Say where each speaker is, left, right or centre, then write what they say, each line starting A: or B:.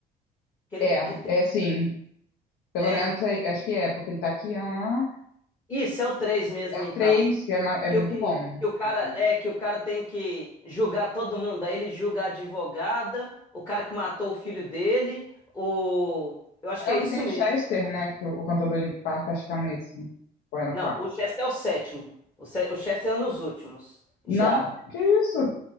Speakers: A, on the left; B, on the left.
A: que ele
B: É,
A: que tem...
B: é sim. Pelo
A: É.
B: menos é- acho que é, porque ele tá aqui. ah,
A: Isso é o 3 mesmo,
B: é o
A: então.
B: 3 que é, ma- é
A: Que
B: muito
A: o que,
B: bom.
A: que o cara
B: o três.
A: é que o cara tem que julgar todo mundo. Aí ele julga a advogada, o cara que matou o filho dele, o eu acho que
B: É o
A: é isso
B: que tem
A: mesmo.
B: o Chester, né? Que o, o cantor do Linkin Park, acho que é nesse. Ou é no
A: Não,
B: quarto.
A: o Chester é o sétimo. O, Che- o Chester é nos últimos.
B: Não,
A: Já.
B: que isso?